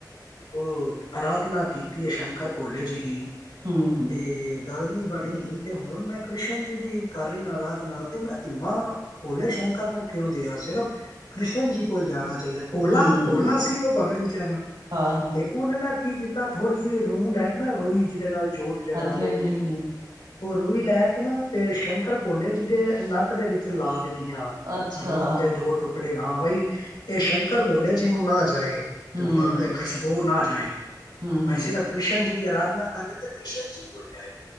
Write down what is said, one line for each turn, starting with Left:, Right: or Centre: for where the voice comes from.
Left: ਹੂੰ, ਅਰਾਧਨਾ ਕੀਤੀ ਹੈ ਸ਼ੰਕਰ ਭੋਲੇ ਜੀ ਦੀ,
Right: ਹੂੰ-ਹੂੰ।
Left: ਤੇ ਗੱਲ ਬਣੀ ਤੇ ਹੁਣ ਮੈਂ ਕ੍ਰਿਸ਼ਨ ਜੀ ਦੀ ਕਰ ਰਹੀ ਹਾਂ ਆਰਾਧਨਾ ਤੇ ਮੈਂ ਤੂੰਵਾਂ ਪੋਲੇ ਸ਼ੰਕਰ ਨੂੰ ਕਿਉਂ ਦਿਆਂ ਸਿਰਫ ਕ੍ਰਿਸ਼ਨ ਜੀ ਕੋਲ ਜਾਣਾ। ਚਾਹੀਦਾ ਭੋਲਾ
Right: ਹੂੰ,
Left: ਭੋਲਾ ਸੀ ਉਹ ਭਗਤ ਵਿਚਾਰਾ
Right: ਹਾਂ-ਹਾਂ,
Left: ਤੇ ਉਹਨਾਂ ਨਾ ਕੀ ਕੀਤਾ ਥੋੜ੍ਹੀ ਜਿਹੀ ਰੂਹ ਲੈ ਕੇ ਨਾ ਰੋਈ ਜਿਹਦੇ ਨਾਲ ਜੋਤ ਜਗਾਦੇ
Right: ਹਾਂਜੀ-ਹਾਂਜੀ,
Left: ਨੇ
Right: ਹਾਂਜੀ-ਹਾਂਜੀ।
Left: ਓ ਰੂਈ ਲੈ ਕੇ ਨਾ ਤੇ ਸ਼ੰਕਰ ਭੋਲੇ ਜੀ ਦੇ ਨੱਕ ਦੇ ਵਿੱਚ ਚ ਲਾ ਦਿੱ ਤੀਆਂ
Right: ਅੱਛਾ,
Left: ਰੂੰਹ ਦੇ ਦੋ ਟੁਕ ੜ ਹਾਂ ਬਾਈ ਇਹ ਸ਼ੰਕਰ ਭੋਲੇ ਜਿਹਨੂੰ ਨਾ ਜਾਏ,
Right: ਹੂੰ,
Left: ਧੂਆ ਇਹ ਖੁਸ਼ਬੂ ਨਾ ਜਾਏ।
Right: ਹੂੰ-ਹੂੰ,
Left: ਬਾਈ ਸਿਰਫ ਕ੍ਰਿਸ਼ਨ ਜੀ ਅਰਾਧਨਾ ਕਰ ਰਿਹਾ ਤਾਂ ਕ੍ਰਿਸ਼ਨ ਜੀ ਕੋਲ ਜਾਏ।